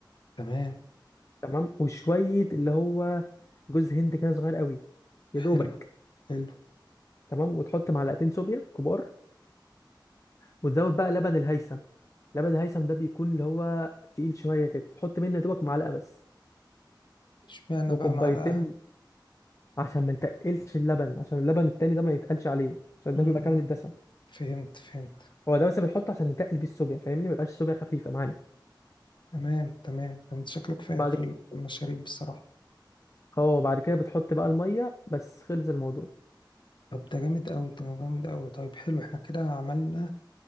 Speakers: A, on the left; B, on the left.
A: تمام
B: تمام وشويه اللي هو جوز هند كده صغير قوي يا دوبك
A: حلو حلو
B: تمام وتحط معلقتين صوبيا كبار وتزود بقى لبن الهيثم لبن الهيثم ده بيكون اللي هو تقيل شويه كده تحط منه يا دوبك معلقه بس
A: اشمعنى
B: وكوبايتين
A: بقى معلقة
B: عشان ما يتقلش اللبن عشان اللبن التاني ده ما يتقلش عليه عشان
A: مم،
B: ده بيبقى كامل الدسم
A: فهمت فهمت
B: هو ده بس بنحطه عشان نتقل بيه الصوبيا فاهمني ما يبقاش الصوبيا خفيفه معانا
A: تمام تمام انت شكلك فاهم
B: بعد
A: في ال- في المشاريب بصراحة
B: هو بعد كده بتحط بقى الميه بس خلص الموضوع
A: طب ده جامد قوي ده جامد قوي طيب حلو احنا كده عملنا